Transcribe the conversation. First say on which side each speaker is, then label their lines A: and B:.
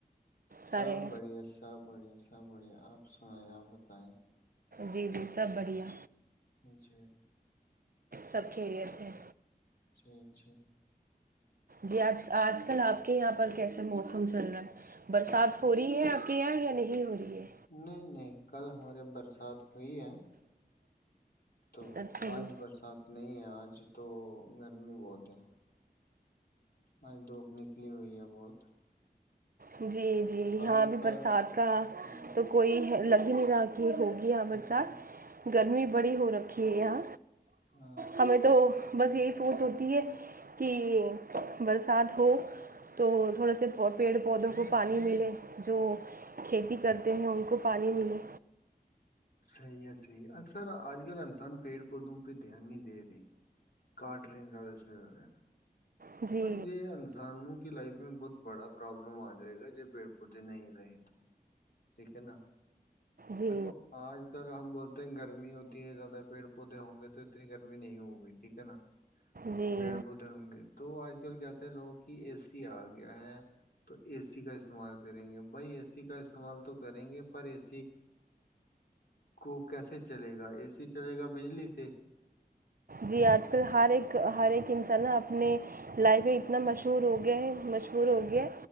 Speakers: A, on the left; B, on the right.
A: سب
B: سارے
A: بڑھیا سب بڑھیا ایسا بڑھیا آپ سنیں آپ بتائیں
B: جی جی سب بڑھیا
A: جی
B: سب کھیل اتے ہیں
A: جٹھ ھ
B: جی آج آج کل آپ کے یہاں کیسے موسم چل رہا برسات ہو رہی ہے آپ کے یہاں یا نہیں ہو رہی ہے
A: نہیں نہیں کل ہمارے برسات ہوئی ہے تو
B: اچھا جی
A: آج برسات نہیں ہے آج مج تو گرمی بہت ہے ہ دھوپ نکلی ہوئی ہے بہت
B: جی جی
A: کل
B: ہاں ابھی
A: کا
B: برسات
A: د-
B: کا
A: ہوں
B: تو کوئی لگ ددا ہوگی برسات
A: ہوں
B: گرمی بڑی ہو رکھی ہے آ
A: ہاں
B: ہمیں تو بس یہی سوچ ہوتی ہے کہ برسات ہو تو تھوڑے سے پیڑ پودوں کو پانی ملے جو کھیتی کرتے ہیں ان کو پانی ملے
A: صحی ہے صحیح ہے اکثر آج کل انسان پیڑ پودوں پہ دھیان نہیں دے رہی کاٹ رہے ہیں زیادہ سے زیادہ
B: جی
A: پر یہ انسانوں کی لائف میں بہت بڑا پرابلم آ جائے گا ج پیڑ پودے نہیں رہے تو ٹھیک ہے نا
B: جی
A: دیکھو آج ک ہم بولتے ات گرمی ہوتی ہے زیادہ پیڑ پودے ہ گئے تو اتنی گرمی نہیں ہوگی ٹھیک ہے نا
B: جی
A: پیڑ پودے ہوں گے تو آج کل کہتے ہیں لوگ کہ اے سی آ گیا ہے تو اے سی کا استعمال کریں گے بھائی اے سی کا استعمال تو کریں گے پر اے سی کو کیسے چلے گا اے سی چلے گا بجلی سے
B: جی آج کل ہر ایک
A: ہاں
B: ہر ایک انسان نا اپنے لائف میں اتنا مشہور ہو گیا ہیں مشہور ہو گیا